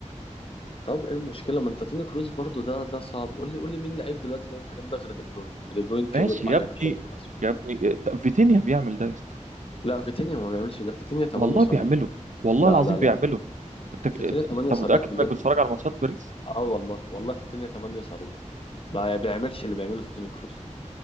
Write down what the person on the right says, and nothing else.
ماشي
يا ابني
يا ابني ت- فيتينيا بيعمل ده يا اسطى
والله
بيعمله والله
العظيم
بيعمله
انت
انت
أنت
متاكد
انك بتتفرج على ماتشات باريس